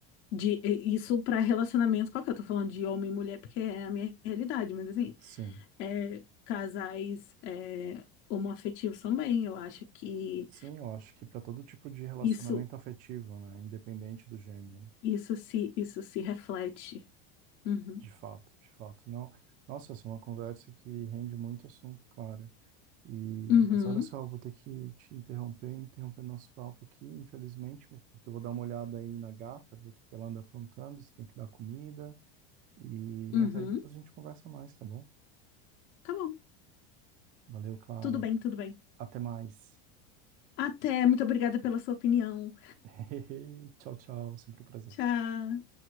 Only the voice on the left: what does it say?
de, e- isso para relacionamento qualquer, eu tô falando de homem e mulher porque é a minha realidade, mas assim,
é, casais é, homoafetivos também, eu acho que
isso,
isso se, isso se reflete. Uhum.
Uhum.
Uhum.
Tá bom.
Tudo bem, tudo bem.
Até, muito obrigada pela sua opinião.
Tchau.